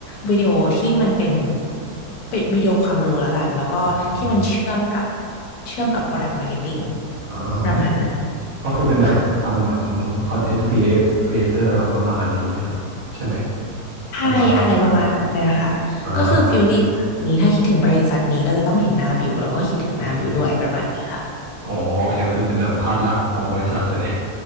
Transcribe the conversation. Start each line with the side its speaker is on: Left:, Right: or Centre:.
Left: วิดีโอที่มันเป็นเป็นวิดีโอความรู้แล้วกันแล้วก็ที่มันเชื่อมกับ
Right: ืมอืมอม
Left: เชื่อมกับ product marketing
Right: อ่าโอ
Left: ประมาณนั้น
Right: ก็คือเป็นแบบทำเหมือนคอนเทนต์ครีเอทครีเอเตอร์อะไรแบบประมาณนี้ไหมครับใช่ไหม
Left: ค่ะใช่อะไรประมาณนั้นเลยค่ะก็คือฟิลลิ่งแบบนี้ถ้าคิดถึงบริษัทนี้ก็จะต้องเห็นหน้าบิวแล้วก็คิดถึงหน้าบิวด้วยประมาณนี้ค่ะ
Right: แปลว่าใช่อ่าออ๋อโอเคก็คือเป็นแบบภาพลักษณ์ของบริษัทเลย